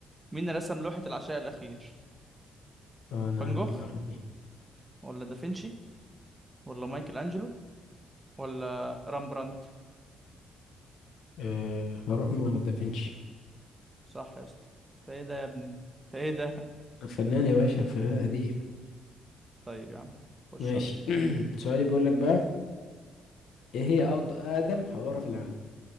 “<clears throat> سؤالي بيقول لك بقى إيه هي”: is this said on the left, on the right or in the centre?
Left